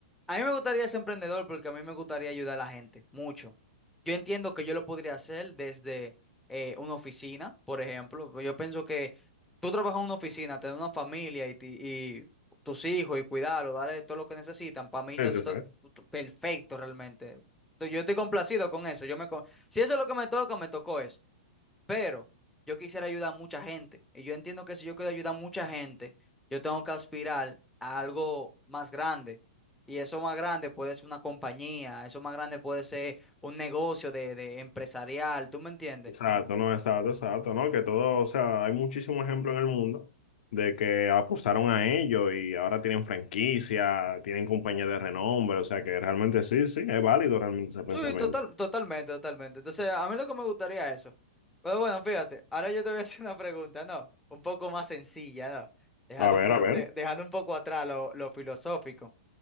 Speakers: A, in the centre; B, on the left (about 70°).
A: A mí me gustaría ser emprendedor porque a mí me gustaría ayudar a la gente mucho. Yo entiendo que yo lo podría hacer desde eh, una oficina, por ejemplo. Yo pienso que tú trabajas en una oficina, tener una familia y, ti- y tus hijos y cuidarlos, darle todo lo que necesitan. Para mí está
B: Sí,
A: tú,
B: sí,
A: estás-
B: sí.
A: tú- tú- perfecto realmente. Yo estoy complacido con eso. Yo me, co- si eso es lo que me toca, me tocó eso. Pero yo quisiera ayudar a mucha gente. Y yo entiendo que si yo quiero ayudar a mucha gente, yo tengo que aspirar a algo más grande. Y eso más grande puede ser una compañía, eso más grande puede ser un negocio de, de empresarial, ¿tú me entiendes?
B: Exacto, no, exacto, exacto, no, que todo, o sea, hay muchísimos ejemplos en el mundo de que apostaron a ello y ahora tienen franquicia, tienen compañías de renombre, o sea que realmente sí, sí, es válido realmente ese pensamiento.
A: Sí, total, totalmente, totalmente. Entonces, a mí lo que me gustaría es eso. Pero bueno, fíjate, ahora yo te voy a hacer una pregunta, ¿no? Un poco más sencilla, ¿no? Dejando,
B: A ver,
A: un to-
B: a ver.
A: de- dejando un poco atrás lo, lo filosófico.